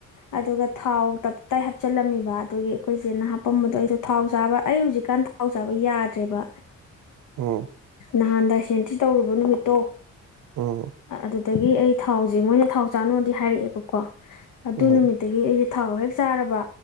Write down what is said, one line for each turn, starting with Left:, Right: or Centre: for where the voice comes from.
Left: ꯑꯗꯨꯒ ꯊꯥꯎ ꯇꯞꯇꯥꯏ ꯍꯥꯞꯆꯜꯂꯝꯃꯤꯕ ꯑꯗꯨꯒꯤ ꯑꯩꯈꯣꯏꯆꯦꯅ ꯍꯥꯞꯄꯝꯕꯗꯣ ꯑꯩꯗꯣ ꯊꯥꯎ ꯆꯥꯕ ꯑꯩ ꯍꯧꯖꯤꯛꯀꯥꯟ ꯄꯥꯎ ꯆꯥꯕ ꯌꯥꯗ꯭ꯔꯦꯕ
Right: ꯎꯝ
Left: ꯅꯍꯥꯟ ꯗꯥꯏꯁꯦꯟꯇ꯭ꯔꯤ ꯇꯧꯔꯨꯕ ꯅꯨꯃꯤꯠꯇꯣ
Right: ꯎꯝ
Left: ꯑꯗꯨꯗꯒꯤ ꯑꯩ ꯊꯥꯎꯁꯦ ꯃꯣꯏꯅ ꯊꯥꯎ ꯆꯥꯅꯨꯗꯤ ꯍꯥꯏꯔꯛꯑꯦꯕꯀꯣ ꯑꯗꯨ
Right: ꯎꯝ
Left: ꯅꯨꯃꯤꯠꯇꯒꯤ ꯑꯩꯁꯦ ꯊꯥꯎ ꯍꯦꯛ ꯆꯥꯔꯕ